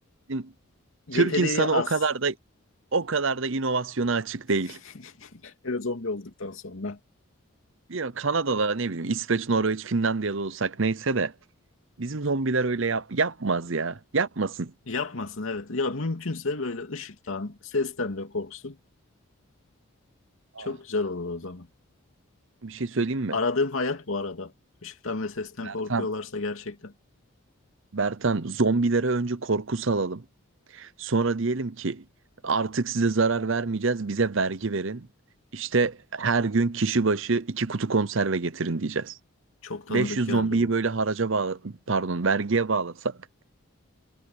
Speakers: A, on the right (about 60°); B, on the left (about 65°).
A: Bizim
B: yeteneği
A: Türk insanı
B: az.
A: o kadar da o kadar da inovasyona açık değil.
B: <laughs> Hele zombi olduktan sonra.
A: Bilmiyorum, Kanada'da ne bileyim İsveç, Norveç, Finlandiya'da olsak neyse de bizim zombiler öyle yap yapmaz ya. Yapmasın.
B: Yapmasın evet. Ya mümkünse böyle ışıktan, sesten de korksun. Çok
A: Aa,
B: güzel olur o zaman.
A: bir şey söyleyeyim mi?
B: Aradığım hayat bu arada. Işıktan ve sesten
A: Bertan,
B: korkuyorlarsa gerçekten
A: Bertan zombilere önce korku salalım. Sonra diyelim ki artık size zarar vermeyeceğiz, bize vergi verin. İşte her gün kişi başı iki kutu konserve getirin diyeceğiz.
B: çok tanıdık
A: 500
B: geldi
A: zombiyi
B: bu.
A: böyle haraca bağla, pardon vergiye bağlasak